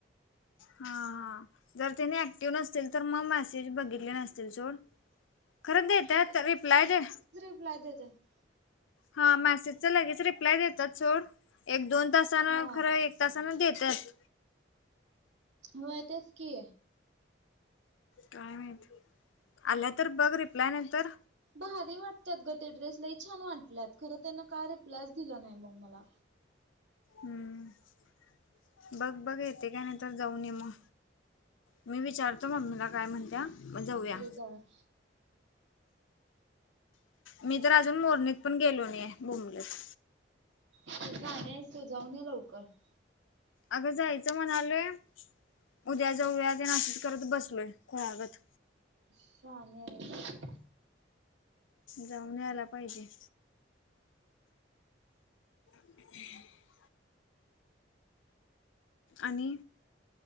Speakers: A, on the left (about 85°); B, on the right (about 70°).
A: हा हा जर त्याने ऍक्टिव्ह नसतील तर मग मेसेज बघितले नसतील चोड. खरं देेत तर रिप्लाय ज <unintelligible>
B: ला देत <unintelligible>
A: हा मॅसेजच लगेच रिप्लाय देतात सोड एक दोन तान
B: हा
A: खरं हे. तसाना देतात.
B: हो य तेच की.
A: काय मात आल्या तर बघ रिप्लाय नाही तर
B: बहारी वाटतात ग ते ड्रेसलाही छान वाटल्यात खरं त्यांना काय रिप्लायच दिलं नाही मग मला.
A: हम्म बघ बघ येते काय नाही तरर जाऊन मग. मी विचारतो ममीला काय म्हणत्या मग जाऊया.
B: जा. <unintelligible>
A: मी तर अजून मोरणीत पण गेलो नाही बूमलीत.
B: तो जाऊन या लवकर <unintelligible>
A: अगं जायचं म्हणालोय उद्या जाऊया ते नाशीत करत बसलोय खळागत.
B: शहाम. <unintelligible>
A: जाऊन न्यायला पाहिजे. <unintelligible> आणि.